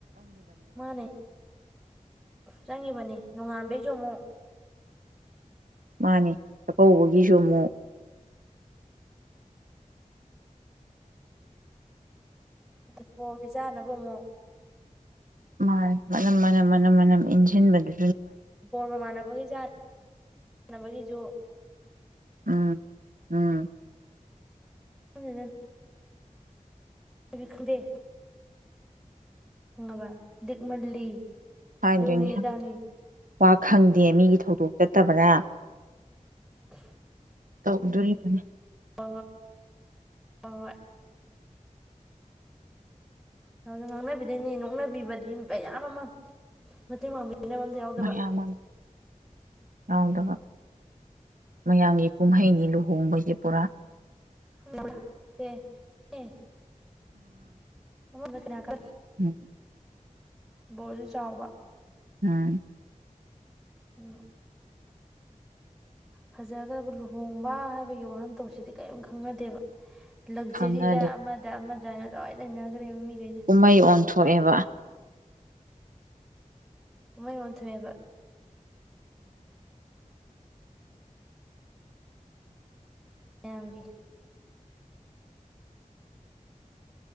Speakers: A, in the centre; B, on the right.
A: ꯃꯥꯅꯦ ꯆꯪꯉꯤꯕꯅꯦ ꯅꯣꯡꯉꯥꯟꯕꯩ ꯆꯃꯨ
B: ꯃꯥꯅꯤ ꯆꯥꯛꯀꯧꯕꯒꯤꯁꯨ ꯑꯃꯨꯛ
A: ꯑꯗꯨꯠꯄꯣꯔꯒꯤ ꯆꯥꯅꯕ ꯑꯃꯨꯛ
B: ꯃꯥ ꯃꯅꯝ ꯃꯅꯝ ꯃꯅꯝ ꯃꯅꯝ ꯏꯟꯁꯤꯟꯕꯗꯨꯗꯤ
A: ꯣꯔꯣꯔ ꯃꯃꯥꯟꯅꯕꯕꯨꯣꯒꯤ ꯆ ꯅꯕꯒꯤꯖꯣ
B: ꯎꯝ ꯎꯝ
A: ꯣꯡꯃꯦ ꯈꯪꯗꯦ ꯈꯪꯉꯕ ꯗꯤꯛꯃꯜꯂꯤ
B: ꯍꯥꯏꯗꯣꯏꯅꯦ
A: ꯔꯅꯤꯌꯗꯥꯅꯤ
B: ꯋꯥ ꯈꯪꯗꯦ ꯃꯤꯒꯤ ꯊꯧꯗꯣꯛ ꯆꯠꯇꯕꯅ
A: <inaudible>
B: ꯇꯧꯗꯣꯔꯤꯕꯅꯤ
A: ꯍ ꯍꯣꯏ ꯉꯥꯡꯅꯕꯤꯗꯣꯏꯅꯦ ꯅꯣꯛꯅꯕꯤꯕꯗꯤ ꯃꯌꯥꯝ ꯑꯃ ꯃꯇꯦꯡꯥꯡꯕꯤ ꯄꯅꯐꯝ ꯑꯝꯗ ꯌꯥꯎꯗꯕ
B: ꯃꯌꯥꯝ ꯑꯃ ꯌꯥꯎꯗꯕ ꯃꯌꯥꯝꯒꯤ ꯀꯨꯝꯍꯩꯅꯤ ꯂꯨꯍꯣꯡꯕꯁꯦ ꯄꯨꯔꯥ
A: ꯍ ꯑꯃꯗ ꯀꯅꯥꯀ
B: ꯎꯝ
A: ꯕꯣꯔꯁꯨ ꯆꯥꯎꯕ
B: ꯑꯝ
A: ꯎꯝ ꯐꯖꯈ꯭ꯔꯕ ꯂꯨꯍꯣꯡꯕ ꯍꯥꯏꯕꯒꯤ ꯋꯥꯍꯟꯊꯣꯛꯁꯤꯗꯤ ꯀꯔꯤꯝ ꯈꯪꯅꯗꯦꯕ ꯂꯛꯖꯔꯤꯗ
B: ꯈꯪꯅꯗꯦ
A: ꯑꯃꯗ ꯑꯃꯗꯅ ꯂꯣꯏ ꯂꯩꯈ꯭ꯔꯦ ꯃꯤꯈꯩꯗ
B: ꯀꯨꯝꯍꯩ ꯑꯣꯟꯊꯣꯛꯑꯦꯕ
A: ꯎꯃꯩ ꯃꯟꯊꯦꯕ ꯃꯌꯥꯝꯒꯤ